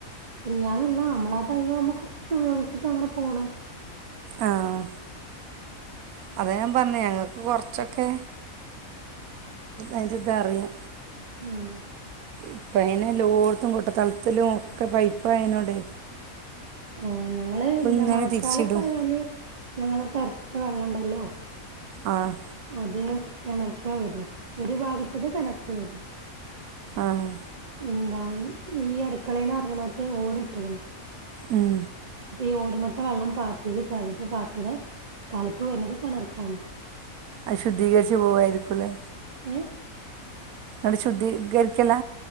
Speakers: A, on the right (about 40°); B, on the right (about 80°).
A: ഇല്ലാന്നല്ല നമ്മളെ അയ്‌ന് നമ്മക്ക് കുറച്ച് ഉയോഗിച്ചിട്ട് അങ്ങനെ പോണം
B: ആഹ് അതെഞാൻ പറഞ്ഞേഴഞങ്ങൾക്ക് കൊറച്ചൊക്കെ അതിന്റെ ഇതാ അറിയാ
A: ഉം
B: ഇപ്പയിനെല്ലോർത്തും കൊട്ട തളത്തിലും ഒക്കെ പൈപ്പായിനോണ്ടെ
A: ആഹ് ഞങ്ങള് എന്താ
B: ഇങ്ങനെ
A: മഴക്കാലൊക്കെയാല്
B: തിരിച്ചിടും
A: ഞങ്ങള് ടറസ്ത്തെ വെള്ളണ്ടല്ലോ
B: ആഹ്
A: അത് കെണർക്ക വെരാ ഒരു ഭാഗത്തത് കെണർക്ക് വെരും
B: ആഹ്
A: ന്താ ഈ അടുക്കളയിന്നറങ്ങ്ണോട്ത്ത് ഓട് ട്ട്ക്ണ്
B: ഉം
A: ഈ ഓടുമെത്ത വള്ളം പാത്തീല് ചളിട്ട് പാത്തിന് തളുപ്പ് വരുന്നത് കെണർക്കാണ്
B: അശുദ്ധീകരിച്ച് പോകായിരിക്കൂലെ
A: എഹ്
B: അത്ശുദ്ധീകരിക്കലാ